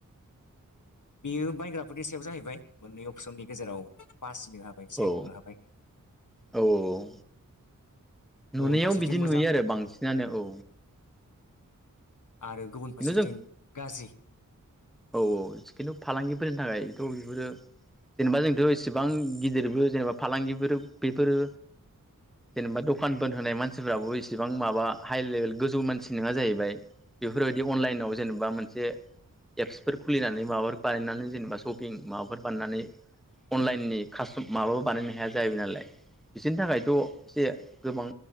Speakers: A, on the left; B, in the centre.
A: बेयो बायग्राफोरनि सायाव जाहैबाय मोननै अपसननि गेजेराव बासिनो हाबाय सायख'नो
B: औ
A: हाबाय
B: औ औ नुनायाव
A: गुबुन फारसेथिं
B: बिदि
A: मोजां
B: नुयो आरो बांसिनानो औ
A: आरो गुबुन
B: खिन्थु
A: फारसेथिं
B: जों
A: गाज्रि
B: औ औ खिन्थु फालांगिफोरनि थाखायथ' बेफोरो जेनेबा जोंथ' इसेबां गिदिरबो जेनेबा फालांगिफोर बेफोरो जेनेबा दखान बोन होनाय मानसिफ्राबो इसेबां माबा हाइ लेभेल गोजौ मानसि नङा जाहैबाय बेफोरबायदि अनलाइनाव जेनेबा मोनसे एप्सफोर खुलिनानै माबाफोर बानायनानै जेनेबा सपिं माबाफोर बानायनानै अनलाइननि कास्टम माबाबो बानायनो हाया जाहैबाय नालाय बिसोरनि थाखायथ' एसे गोबां